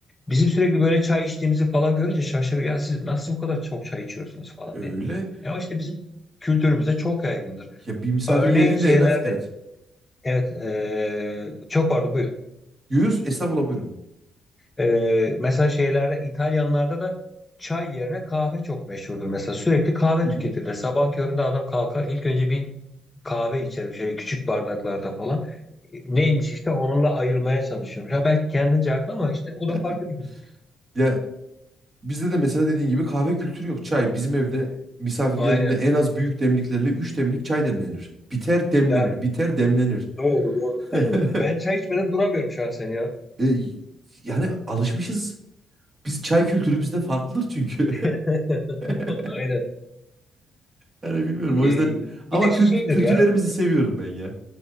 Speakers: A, on the left; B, on the right.
A: bizim sürekli böyle çay içtiğimizi falan görünce şaşırıyor. Ya siz nasıl bu kadar çok çay içiyorsunuz falan
B: Öyle.
A: diye. Ya işte bizim kültürümüzde çok yaygındır.
B: Ya bir misafir
A: Örneğin
B: geldiğinde
A: şeylerde
B: en az evet.
A: evet eee, çok pardon buyurun.
B: Yuyuz estağfurullah buyurun.
A: Eee, mesela şeylerde İtalyanlarda da çay yerine kahve çok meşhurdur. Mesela sürekli kahve
B: Hı hı.
A: tüketirler. Sabah köründe adam kalkar ilk önce bir kahve içer şöyle küçük bardaklarda falan. E, Neymiş işte onunla ayırmaya çalışıyorum. Ha belki kendince haklı ama işte o da farklı
B: <laughs>
A: bir şey.
B: Ya bizde de mesela dediğin gibi kahve kültürü yok. Çay bizim evde misafir geldiğinde
A: Aynen.
B: en az büyük demliklerle 3 demlik çay demlenir. Biter demlenir.
A: Ya
B: Biter demlenir.
A: doğru doğru.
B: <laughs>
A: <clears throat> <laughs> Ben çay içmeden duramıyorum şahsen ya.
B: E, yani alışmışız. Biz çay kültürü bizde farklıdır çünkü.
A: <laughs>
B: <laughs>
A: Aynen.
B: Yani bilmiyorum
A: Ee,
B: o yüzden
A: bir
B: ama
A: de
B: kült
A: şeydir
B: kültürlerimizi
A: ya
B: seviyorum ben ya.